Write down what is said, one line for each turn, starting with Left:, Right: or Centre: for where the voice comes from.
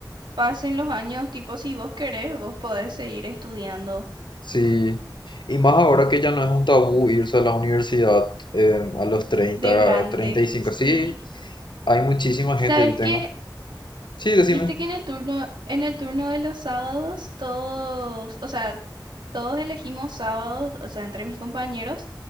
Right: pasen los años, tipo, si vos querés, vos podés seguir estudiando
Left: Sí. Y más ahora que ya no es un tabú irse a la universidad eh, a los treinta,
Right: de grande.
Left: a treinta y cinco Sí,
Right: Sí,
Left: hay muchísima
Right: sabes
Left: gente, yo tengo.
Right: que,
Left: Sí, decime.
Right: viste que en el turno, en el turno de los sábados, todos, o sea, Todos elegimos sábados, o sea, entre mis compañeros,